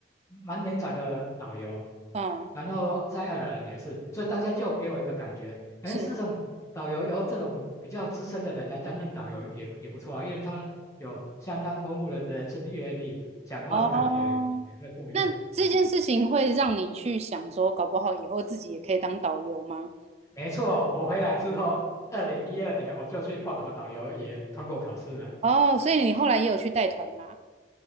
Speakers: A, on the left; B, on the right.
A: 蛮年长的导游，
B: 嗯，
A: 然后在爱尔兰也是，所以当下就给我一个感觉，哎，
B: 是
A: 事实上导游由这种比较资深的人来担任导游也也不错啊，因为他有相当丰富的人生阅历，讲话的感觉也会不一样。
B: 哦，那这件事情会让你去想说，
A: 哎，
B: 搞不好以后自己也可以当导游吗？
A: 没错，我回来之后，二零一二年我就去报考导游，也通过考试了。
B: 哦，所以你后来也有去带团啦。